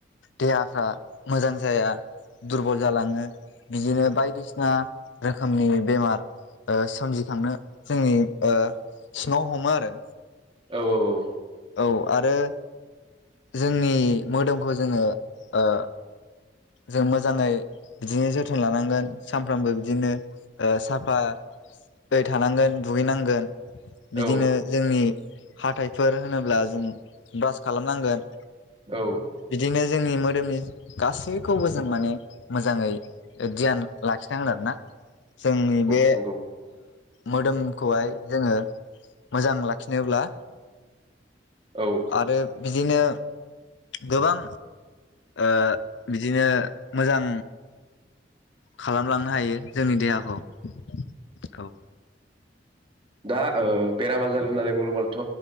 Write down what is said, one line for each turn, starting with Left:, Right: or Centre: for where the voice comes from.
Left: देहाफ्रा मोजां जाया दुरबल जालाङो बिदिनो बायदिसिना रोखोमनि बेमार ओ सोमजिखांनो जोंनि ओ सिङाव हमो आरो।
Right: औ औ औ
Left: औ आरो जोंनि मोदोमखौ जोङो ओ। जों मोजाङै बिदिनो जोथोन लानांगोन सानफ्रामबो बिदिनो साफायै थानांगोन दुगैनांगोन।
Right: औ
Left: बिदिनो जोंनि हाथाइफोर होनोब्ला जों ब्रास खालामनांगोन।
Right: औ
Left: बिदिनो जोंनि मोदोमनि गासै गासैखौबो जों माने मोजाङै धयान लाखिनांगोन आरो ना। जोंनि बे
Right: नंगौ
Left: मोदोमखौहाय जोङो मोजां लाखिनोब्ला
Right: औ
Left: आरो बिदिनो गोबां ओ बिदिनो मोजां खालामलांनो हायो जोंनि देहाखौ औ
Right: दा ओ बेराम आजार होननानै बुङोबाथ'